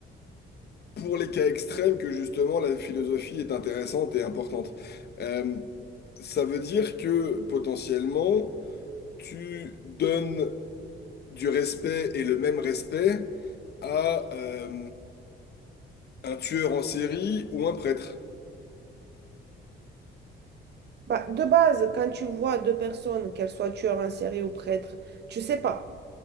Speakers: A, on the left; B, on the right.
A: pour les cas extrêmes que justement la philosophie est intéressante et importante. Euh, ça veut dire que potentiellement, tu donnes du respect et le même respect à euh, un tueur en série ou un prêtre.
B: Bah, de base, quand tu vois deux personnes, qu'elles soient tueurs en série ou prêtres, tu sais pas.